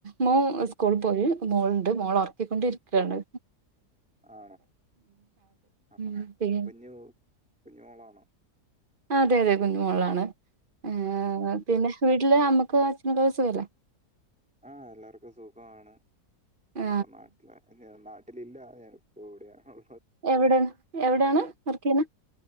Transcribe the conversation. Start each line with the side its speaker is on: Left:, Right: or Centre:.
Right: മോ സ്കൂൾ പോയി മോളുണ്ട് മോളെ ഒറക്കിക്കൊണ്ടി രിക്കാണ്
Centre: ആ അ
Right: ഉം.
Centre: ആ
Right: പിന്നെ
Centre: പ്പെഞ്ഞി ഉ കുഞ്ഞിമോളാണോ
Right: അതെതെ കുഞ്ഞുമോളാണ് ആ ആ പിന്നെ വീട്ടില് അമ്മക്ക് ക്കെ അച്ഛനും സുഖല്ലേ
Centre: ആ എല്ലാർക്കും സുഖാണ് ഞായിപ്പൊ
Right: ആ,
Centre: നാട്ടിലാ എന്നിരുന്നാൽ തില്ലാതെ എർപ്പോവ്ട്യാ ഔ
Right: എവിടേണ് എവിടെയാണ് വർക്കെയ്യ്ന്നെ